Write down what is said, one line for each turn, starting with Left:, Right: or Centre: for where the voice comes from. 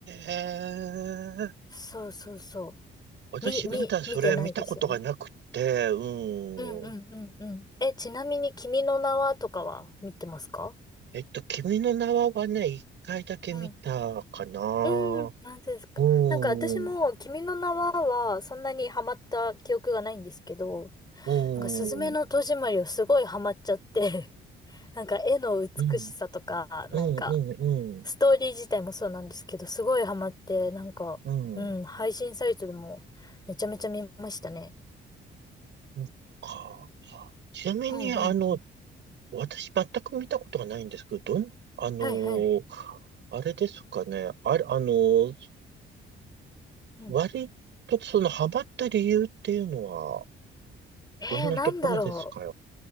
Right: え。
Left: そうそうそう。
Right: 私まだそれ見たことがなくて、
Left: み、み、見てないですよね。
Right: うん。
Left: うんうんうんうん。え、ちなみに君の名はとかは見てますか
Right: えっと、君の名ははね、一回だけ見たかな。
Left: うんうん、なんですか。
Right: うん、
Left: なんか私も、
Right: うん、
Left: 君の名は、はそんなにハマった記憶がないんですけど、
Right: うん、
Left: なんか、すずめの戸締まりをすごいハマっちゃって、<laughs> なんか、絵の美しさとか、
Right: うん、うん、
Left: なんか、
Right: うん、
Left: ストーリー自体もそうなんですけど、すごいハマって、なんか、
Right: うん。
Left: うん、配信サイトでも、めちゃめちゃ見ましたね。
Right: うんか。ちなみに、
Left: うんうんうん。
Right: あの、私全く見たことがないんですけど、どん、あの、
Left: はいはい。
Right: あれですかね。あれ、あの、
Left: うん。
Right: 割とそのハマった理由っていうのは、
Left: えー、
Right: どんなところですか
Left: なんだろ